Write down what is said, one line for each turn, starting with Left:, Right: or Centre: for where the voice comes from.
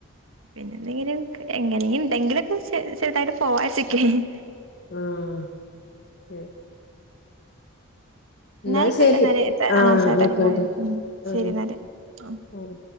Right: പിന്നെ എന്തെങ്കിലും എങ്ങനെും എന്തെങ്കിലുംക്കെ ചെർതായിട്ട് പോവാച്ചക്കേനി
Left: ആഹ് തെ
Right: എന്നായിക്കോട്ടെ
Left: ന്നാ ശരി
Right: എന്നാല്
Left: ആഹ്
Right: ആ
Left: ആയ്കോട്ടെ
Right: ടൈം ആയി ഉം ശരി
Left: ആഹ്
Right: എന്നാല് ആ
Left: അഹ്